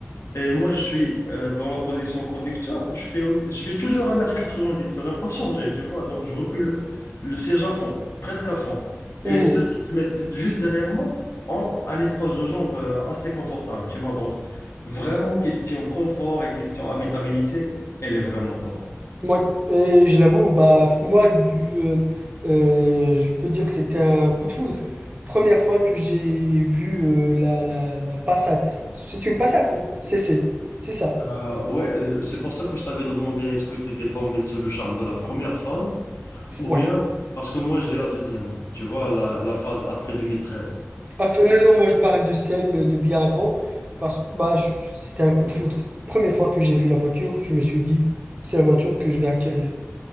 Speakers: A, on the left (about 80°); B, on the right (about 35°).
A: et moi, je suis euh, dans la position conducteur. Je fais, je fais toujours un mètre quatre-vingt-dix Ça n'a pas changé, tu vois. Donc, je recule le siège à fond, presque à fond.
B: Mhm.
A: Et ceux qui se mettent juste derrière moi ont un espace de jambes euh, assez confortable, tu vois. Donc, vraiment, question confort et question habitabilité, elle est vraiment top.
B: Moi, euh, je l'avoue, bah moi du, euh, euh, je peux dire que c'était un coup de foudre. Première fois que j'ai vu euh, la, la, la Passat. C'est une Passat, c'est c'est c'est ça.
A: Euh, ouais, euh, c'est pour ça que je t'avais demandé est-ce que tu étais tombé sous le charme de la première phase ou
B: Oui.
A: bien parce que moi, j'ai la deuxième, tu vois, la, la phase après 2013.
B: Enfin, non, non, moi je parle de celle de bien avant parce que bah je- c'était un coup de foudre. Première fois que j'ai vu la voiture, je me suis dit c'est la voiture que je vais acquérir.